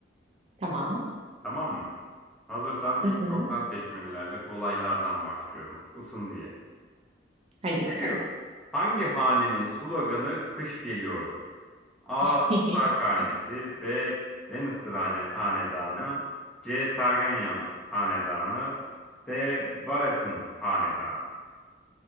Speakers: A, on the right; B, in the centre.
A: Tamam.
B: Tamam mı? Hazırsan
A: Hı
B: ilk
A: hı.
B: çoktan seçmelilerle kolaylardan başlıyorum. Isın diye.
A: Hadi bakalım.
B: Biliyor. Hangi hanenin sloganı kış geliyordur? A.
A: <laughs>
B: Stark hanesi, B. Lannister hane- hanedanı, C. Targaryen hanedanı, D. Baratheon hanedanı.